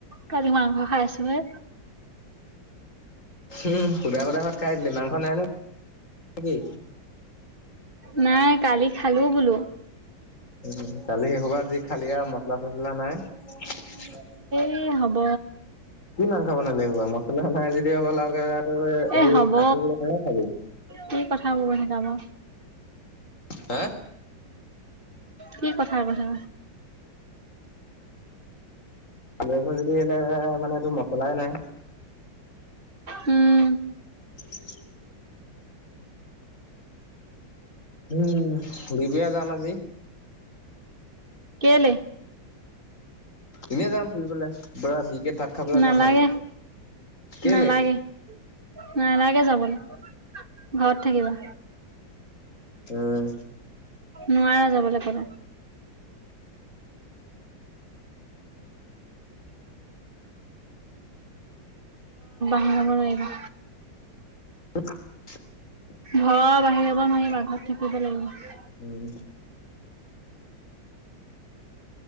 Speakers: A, on the right; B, on the left.
A: কালি মাংস খাই আছো হে
B: উম সুধা সুধা ভাত খাই দিলি মাংস নাই নে নেকি
A: নাই কালি খালো বোলো
B: উম কালি শেইহোপা যি খালি আৰু মচলা চচলা নাই
A: কি হ'ব?
B: কি মাংস বনালি এইসোপা? মছলা নাই যদি আৰু <unintelligible> সেই
A: এ হব
B: খাচী কেনেকে খাবি?
A: কি কথাবোৰ শিকাব
B: হা
A: কি কথা বথা
B: আনিবলৈ তো নাই এই মানে মচলাই নাই।
A: উম
B: উ <inaudible> উম বিগেয়া যাম আজি
A: কেলে?
B: এনেই যাম ফুৰিবলৈ, পুৰা বিকে ভাত খাবলৈ
A: নালাগে,
B: যাম মাংস। কেলে
A: নালাগে, নালাগে যাবলৈ ঘৰত থাকিবা।
B: উম
A: নোৱাৰা যাবলৈ কতো। যাব নোৱাৰিবা।
B: <unintelligible>
A: ঘৰ বাহিৰ হ'ব নোৱাৰিবা, ঘৰত থাকিব লাগিব।
B: উম